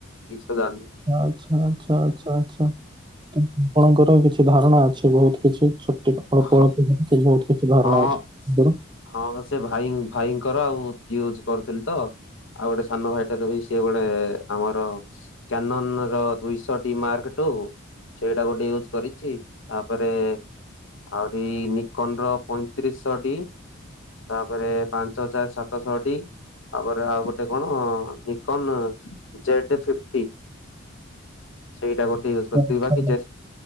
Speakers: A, on the left; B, on the right.
A: ତ ଜାଣିନି
B: ଆଚ୍ଛା ଆଚ୍ଛା ଆଚ୍ଛା ଆଚ୍ଛା ଆପଣଙ୍କର କିଛି ଧାରଣା ଅଛି ବହୁତ କିଛି ଛୋ କ
A: ହଁ।
B: ବହୁତ କିଛି ଧାରଣା
A: ହଁ
B: ଅଛି। ଆପଣଙ୍କର?
A: ହଁ ସେ ଭାଇ ଭାଇଙ୍କର ଆଉ ୟୁଜ କରୁଥିଲି ତ ଆଉ ଗୋଟେ ସାନ ଭାଇଟ ର ବି ସିଏ ଗୋଟେ ଆମର କ୍ୟାନନ ର ଦୁଇଶହ ଟି ମାର୍କ ଟୁ ସେଇଟା ଗୋଟେ ୟୁଜ କରିଛି ତାପରେ ଆହୁରି ନିକନ ର ପଇଁତିରିଶଶ ଟି ତାପରେ ପାଞ୍ଚ ହଜାର ସାତଶହଟି ତାପରେ ଆଉ ଗୋଟେ କଣ ନିକନ ଜେଡ ଫିଫଟି ସେଇଟା ଗୋଟେ ୟୁଜ କରିଥିଲ
B: ଆଚ୍ଛା
A: ବାକି ଜେଟ୍